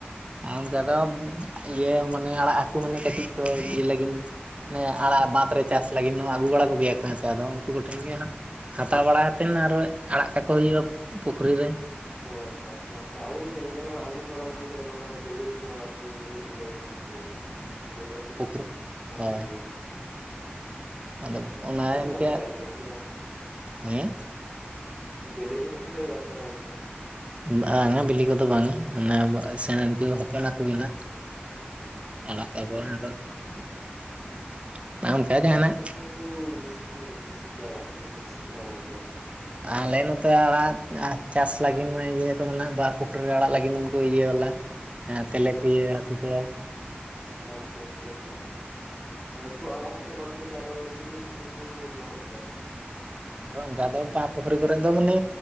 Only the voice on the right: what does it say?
ᱟᱢ ᱫᱟᱫᱟ ᱤᱭᱟᱹ ᱢᱟᱱᱮ ᱟᱲᱟᱜ ᱦᱟᱹᱠᱩ ᱢᱟᱱᱮ ᱠᱟᱹᱴᱤᱡ ᱠᱚ ᱤᱭᱟᱹ ᱞᱟᱹᱜᱤᱫ ᱟᱲᱟᱜ ᱵᱟᱸᱫᱷ ᱨᱮ ᱪᱟᱥ ᱞᱟᱹᱜᱤᱫ ᱦᱚᱸ ᱟᱹᱜᱩ ᱵᱟᱲᱟ ᱠᱚᱜᱮᱭᱟ ᱠᱚ ᱦᱮᱸ ᱥᱮ ᱟᱫᱚ ᱩᱱᱠᱩ ᱠᱚᱴᱷᱮᱱ ᱜᱮ ᱦᱟᱸᱜ ᱦᱟᱛᱟᱣ ᱵᱟᱲᱟ ᱠᱟᱛᱮᱫ ᱟᱨ ᱦᱚ ᱟᱲᱟᱜ ᱠᱟᱠᱚ ᱦᱩᱭᱩᱜᱼᱟ ᱯᱩᱠᱷᱨᱤ ᱨᱮ ᱾
ᱯᱩᱠᱷᱨᱤ
ᱦᱳᱭ
ᱟᱫᱚ ᱚᱱᱟ ᱤᱱᱠᱟᱹ
ᱦᱮᱸ
ᱵᱟᱝᱟ ᱵᱤᱞᱤ ᱠᱚᱫᱚ ᱵᱟᱝ ᱢᱟᱱᱮ ᱥᱮᱬᱮᱱ ᱠᱚ ᱦᱚᱯᱚᱱ ᱟᱠᱚᱵᱤᱱ <unintelligible> ᱾ <unintelligible>
ᱡᱟᱦᱸᱟᱱᱟᱜ
ᱟᱞᱮ ᱱᱚᱛᱮ ᱟᱲᱟᱜ ᱪᱟᱥ ᱞᱟᱹᱜᱤᱫ ᱤᱭᱟᱹ ᱠᱚᱫᱚ ᱱᱟᱜ ᱵᱟᱟᱦ ᱯᱩᱠᱷᱨᱤ ᱨᱮ ᱟᱲᱟᱜ ᱞᱟᱹᱜᱤᱫ ᱩᱱᱠᱩ ᱤᱭᱟᱹ ᱵᱟᱞᱟ <unintelligible> ᱮᱞᱮ ᱯᱤᱭᱟᱹ ᱦᱟᱹᱠᱩ ᱫᱚ
ᱟᱨ ᱚᱱᱠᱟ ᱫᱚ ᱵᱟᱦᱟ ᱯᱩᱠᱷᱨᱤ ᱠᱚᱨᱮ ᱫᱚ ᱢᱟᱱᱮ